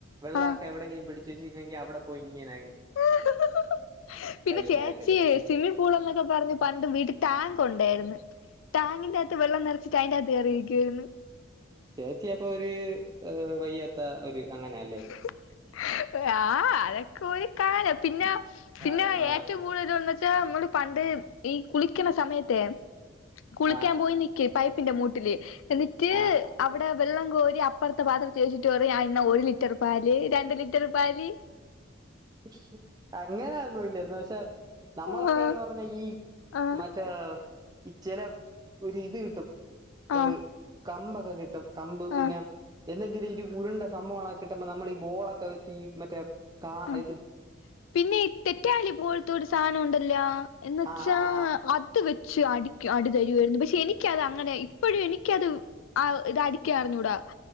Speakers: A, on the right; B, on the left.
A: വെള്ളം
B: ആഹ്
A: ഒക്കെ എവിടെയെങ്കിലും പിടിച്ച ചേച്ചിനിക്കണെങ്കിൽ അവിടെ പോയിങ്ങനെ
B: <unintelligible> പിന്നെ ചേച്ചി
A: ഇങ്ങനെയൊക്കെ നീട്ടി
B: സ്വസിമ്മിംഗ്പൂൾ എന്നൊക്കെ പറഞ്ഞഞ് പണ്ട് വീട്ടിൽ ടാങ്ക് ഉണ്ടായിരുന്നു ടാങ്കിന്റെ അകത്ത് വെള്ളം നിറച്ചിട്ട് അതിന്റെറ അകത്ത് കെറി യിരിക്കും <unintelligible>
A: ചേച്ചി അപ്പൊ ഒരു വയ്യാത്ത ഒരു
B: <unintelligible>
A: അങ്ങനെയല്ലേ
B: ആ അതൊക്കൊരു കാലം പിന്നെ പിന്നെ
A: കാലം ആ
B: ഏറ്റവും കൂടുതൽ ഇത് വന്ന നമ്മള് പണ്ട് ഈ കുളിക്കണ സമയത്തെ കുളിക്കാൻ
A: ആ
B: പോയി നിക്കും പൈ പിന്നെ മൂട്ടില് എന്നിട്ട്
A: ആ
B: അവിടെ വെള്ളം കോരി അപ്പറത്തെ പാത്രത്തിൽ വെച്ചിട്ട് പറയും ഒരു ലിറ്റ ലിറ്റർ പാല് രണ്ട് ഒരു ലിറ്റർ പാല്
A: <unintelligible> അങ്ങനെയൊന്നുമില്ല എന്നുവെച്ചാൽ നമ്മളൊക്കെ
B: ആഹ്
A: എന്ന് പറഞ്ഞാ ഈ
B: ആഹ്
A: മറ്റേ ചെല ഒരു ഇത് കിട്ടും. <unintelligible>
B: ആഹ്
A: കമ്പ ക്കെ കിട്ടും കമ്പ് പിന്നെ
B: ആഹ്
A: എന്തെങ്കിലും ഇരു കുരുണ്ട സംഭവങ്ങള കിട്ടുമ്പോ നമ്മൾ ഈ ബോളൊക്കെ വെച്ച് ഈ മറ്റേ കാഹ്
B: ആഹ് പിന്നെ തെറ്റാലി പോലത്തെ സാധനം ഉണ്ടല്ല എന്നന്ന് വച്ചാ
A: ആ ആ ആ
B: ത്ത് വെച്ച് അടി അടിതരുയിരുന്നു. പക്ഷെ എനിക്ക അത് ഇപ്പോഴും എനിക്കത് ആ ഇത് അടിക്കായിഞ്ഞൂടാ